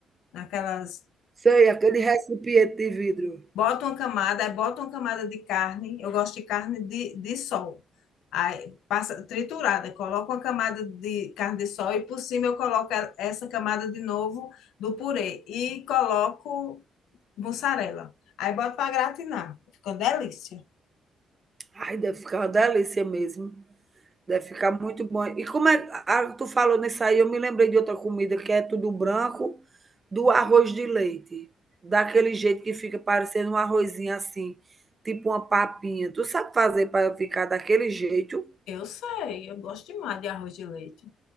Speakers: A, on the left; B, on the right.
A: naquelas
B: Sei, aquele recipiente de vidro.
A: Bota uma camada, aí bota uma camada de carne. Eu gosto de carne de, de sol. Aí passa triturada, coloco uma camada de carne de sol e por cima eu coloco a- essa camada de novo do purê e coloco mussarela. Aí boto para gratinar. Fica uma delícia.
B: Ai, deve ficar uma delícia mesmo. Deve ficar muito bom. E como é, ah, tu falou nisso aí, eu me lembrei de outra comida que é tudo branco, do arroz de leite. Daquele jeito que fica parecendo um arrozinho assim, tipo uma papinha. Tu sabe fazer para ficar daquele jeito?
A: Eu sei, eu gosto demais de arroz de leite.